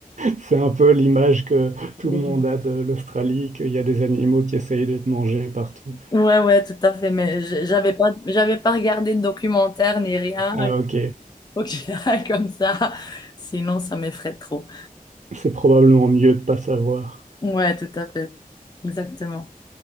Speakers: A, on the right; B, on the left.
A: C'est un peu l'image que
B: <laughs>
A: tout le monde a de l'Australie, qu'il y a des animaux qui essayent de te manger partout.
B: Ouais, ouais, tout à fait. Mais j- j'avais pas, j'avais pas regardé de documentaire ni rien.
A: Ah ok,
B: Ok, <laughs> comme ça. Sinon, ça m'effraie trop.
A: c'est probablement mieux de pas savoir.
B: Ouais, tout à fait. Exactement.